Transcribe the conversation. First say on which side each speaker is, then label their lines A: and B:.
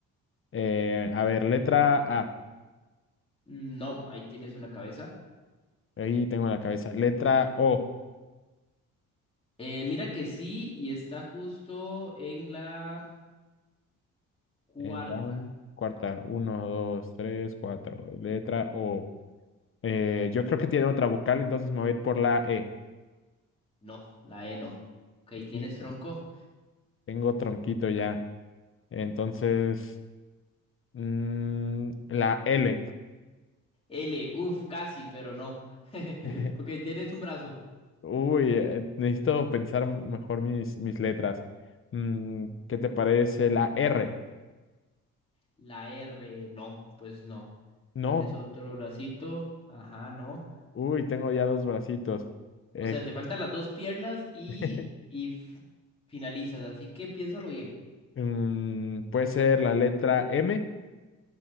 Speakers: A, on the left; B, on the left.
A: Eh, a ver, letra A.
B: No, ahí tienes una cabeza.
A: Ahí tengo la cabeza. Letra O.
B: Eh, mira que sí, y está justo en la cuarta.
A: En la cuarta. Uno, dos, tres, cuatro. Letra O. Eh, yo creo que tiene otra vocal, entonces me voy a ir por la E.
B: No, la E no. Ok, tienes
A: Híjole,
B: tronco.
A: tengo tronquito ya. Entonces, mm, la L.
B: L, uff, casi, pero no. <laughs>
A: <laughs>
B: Ok, tienes un brazo.
A: Uy, eh, necesito pensar mejor mis, mis letras. Mm, ¿qué te parece la R?
B: La R, no, pues no.
A: No.
B: Tienes otro bracito. Ajá, no.
A: Uy, tengo ya dos bracitos. Eh,
B: O sea, te faltan las dos piernas y,
A: <laughs>
B: y f- finalizas, así que piénsalo bien.
A: mm, ¿puede ser la letra M?